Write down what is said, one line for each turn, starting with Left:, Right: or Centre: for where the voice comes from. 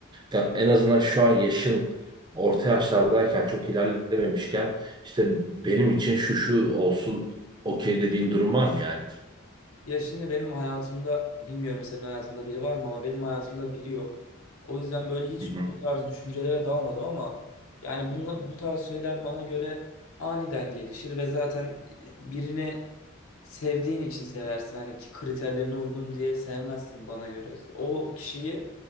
Right: Ya en azından şu an yaşın orta yaşlardayken çok ilerlememişken işte benim için şu şu olsun okey dediğin durum var mı yani?
Left: ya şimdi benim hayatımda bilmiyorum senin hayatında biri var mı ama benim hayatımda biri yok. O yüzden böyle hiç
Right: Hı
Left: bu tarz düşüncelere dalmadım ama yani bunla, bu tarz şeyler bana göre aniden gelişir ve zaten e, birini sevdiğin için seversin. Hani ki kriterlerine uygun diye sevmezsin bana göre. O kişiyi